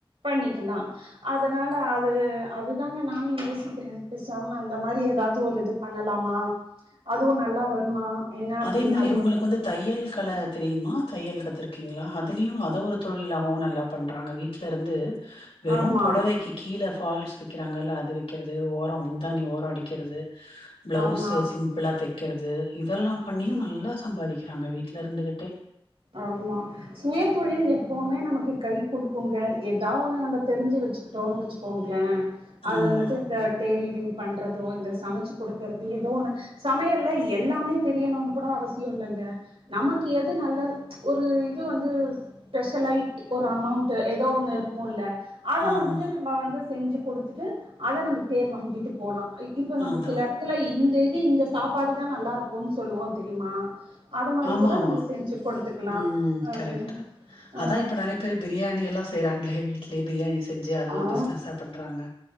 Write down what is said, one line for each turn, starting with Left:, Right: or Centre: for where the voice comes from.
Right: பண்ணிக்கிலா அதனால அது அதுதாங்க நானூ யோசிக்கிறே பெசாம அந்த மாரி எதாவ்து ஒரு இது பண்ணலாமா அதுவு நல்லா வருமா என்ன அப்டின்னு
Left: அதே மாரி
Right: அது
Left: உங்களுக்கு
Right: ஒரு
Left: வந்து தையல் கல தெரியுமா தையல் கத்துருக்கீங்களா அதுலயு அத ஒரு தொழிலாவு நல்லா பண்றாங்க வீட் வீட்ல இருந்து வெறு
Right: ஆமா
Left: பொடவைக்கி கீழே ஃபால்ஸ் வக்கிறாங்கல்ல அது வக்கிறது ஓரோ முந்தானி ஓர அடிக்கிறது பிளவுஸு
Right: ஆமா
Left: சிம்பிளா தக்கிறது இதெல்லா பண்ணியு நல்லா சம்பாதிக்கிறாங்க வீட்ல இருந்துக்கிட்டே
Right: ஆமா சுயதொழில் எப்போவுமே நமக்கு கை குடுக்குங்க ஏதா ஒண்ணு நம்ம தெரிஞ்சு வச்சு க்குட்டோன் வச்சுக்கோங்கள அது
Left: ஆமா
Right: வந்துட்டு இந்த டெய்லரிங் பண்றதோ இந்த சமச்சு குடுக்கறது ஏதோ ஒன்னு சமையல்ல எல்லாமே தெரியணுனு கூட அவசியொ இல்லங்க நமக்கு எது நல்லது ஒரு இது வந்து ஸ்பெஷலைட் ஒரு அமௌண்ட்டு ஏதோ ஒண்ணு இருக்குல்ல அத
Left: ஆமா
Right: வந்துட்டு நம்ப வந்து செஞ்சு கொடுத்துட்டு அத நம்ம பேர் வாங்கிட்டு போலா இ இப்ப நம்ம
Left: அதா
Right: சில எடத் துல இந்த இது இந்த சாப்பாடுதா நல்லா இருக்குன் சொல்லுவோ தெரியுமா அத மாரி
Left: ஆமா
Right: கூட
Left: ஆமா
Right: நம்ப செஞ்சு குடுத்துக்கலா
Left: ம்
Right: அது
Left: கரெக்ட்டு
Right: ஆ
Left: அதா இப்ப நெறைய பேரு பிரியாணி எல்லா செய்றாங்களே வீட்லேயே பிரியாணி செஞ்சு அத
Right: ஆ
Left: ஒரு பிஸ்னஸா பண்றாங்க